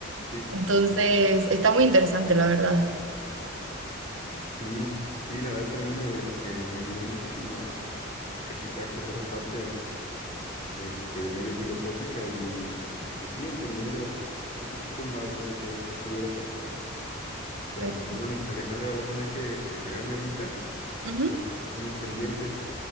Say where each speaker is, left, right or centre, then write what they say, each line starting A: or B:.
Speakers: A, on the left (about 35°); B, on the right (about 70°).
A: Sí,
B: Entonces,
A: eh,
B: está muy interesante, la verdad.
A: sí, sí, la verdad también me, me, me ayudó muchísimo a ejercitar pues esa parte este, medio filosófica y pues sí, entendiendo un poquito más, ¿no? De qué, qué pudiera pasar. Pero
B: Pues,
A: pues bueno, Alejandra, voy a tener que retirarme ahorita.
B: ujú,
A: Voy a tener unos pendientes.